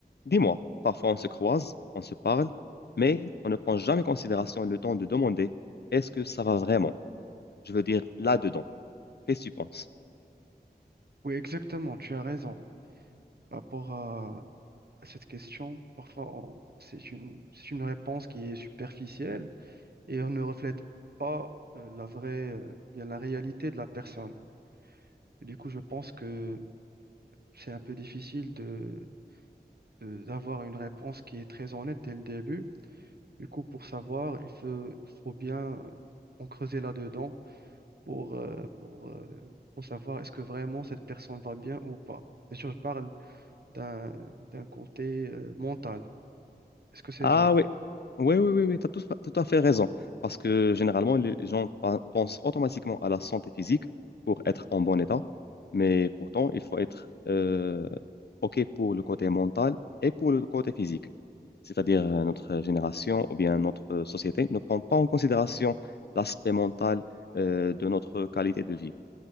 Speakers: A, on the left; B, on the right.
A: Dis-moi, parfois on se croise, on se parle, mais on ne prend jamais en considération le temps de demander est-ce que ça va vraiment? Je veux dire, là-dedans. Qu'est-ce que tu penses?
B: Oui, exactement, tu as raison. Par rapport à à cette question, parfois on- c'est une, c'est une réponse qui est superficielle et on ne reflète pas euh, la vraie, euh, ou bien la réalité de la personne. Et du coup, je pense que c'est un peu difficile de, de- d'avoir une réponse qui est très honnête dès le début. Du coup, pour savoir, il faut, il faut bien euh, en creuser là-dedans pour, euh, pour, euh, pour savoir est-ce que vraiment cette personne va bien ou pas. Bien sûr, je parle d'un d'un côté euh, mental. Est-ce que c'est
A: Ah
B: vrai?
A: oui, oui, oui, oui, oui, tu as tout, tout à fait raison. Parce que généralement, les gens pa- pensent automatiquement à la santé physique pour être en bon état, mais pourtant, il faut être euh, OK pour le côté mental et pour le côté physique. c'est-à-dire euh, notre génération ou bien notre euh, société, ne prend pas en considération l'aspect mental euh, de notre qualité de vie.